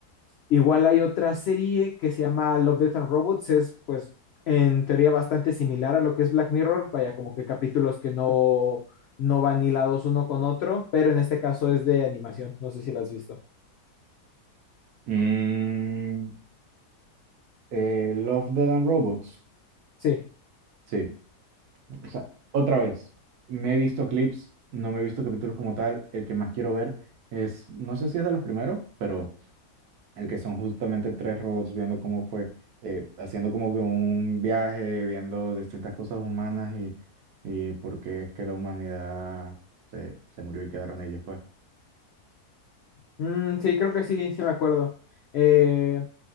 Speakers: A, on the left; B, on the right.
A: igual hay otra serie que se llama Love, Death and Robots, es pues en teoría bastante similar a lo que es Black Mirror, vaya como que capítulos que no, no van hilados uno con otro, pero en este caso es de animación, no sé si la has visto.
B: Mm, eh, Love, Death and Robots.
A: Sí,
B: Sí. O sea, otra vez. Me he visto clips, no me he visto capítulos como tal. El que más quiero ver es, no sé si es de los primeros, pero el que son justamente tres robots viendo cómo fue, eh, haciendo como que un viaje, viendo distintas cosas humanas y, y por qué es que la humanidad se, se murió y quedaron ellos, pues.
A: Mm, sí, creo que sí, sí me acuerdo. Eh,